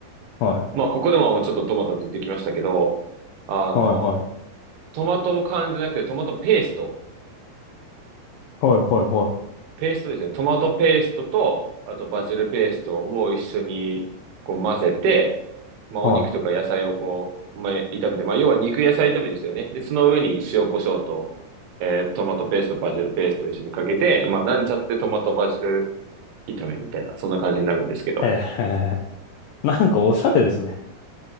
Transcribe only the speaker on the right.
まあ、ここでももうちょっとトマト出てきましたけど、あの、
トマト缶じゃなくてトマトペースト。
ペーストですね。トマトペーストと、あとバジルペーストを一緒にこう混ぜて、まあ、
お肉とか野菜をこう、
まあ、炒めて、まあ、要は肉野菜炒めですよね。で、その上に塩コショウと、えートマトペースト、バジルペーストを一緒にかけて、まあ、なんちゃってトマトバジル炒めみたいな、そんな感じになるんですけど。